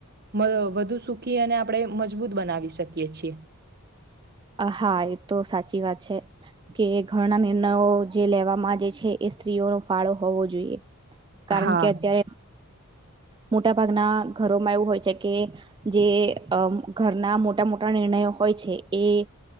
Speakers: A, on the right; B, on the right.
A: વ વધુ સુખી અને આપણે મજબૂત બનાવી શકીએ છીએ.
B: હા, એ તો સાચી વાત છે કે ઘરના નિર્નયો જે લેવામાં જે છે એ સ્ત્રીઓનો ફાળો હોવો જોઈએ. કારણ
A: હા
B: કે અત્યારે
A: <inaudible>
B: મોટા ભાગના ઘરોમાં એવું હોય છે કે જે અ ઘરના મોટા મોટા નિર્ણયો હો હોય છે એ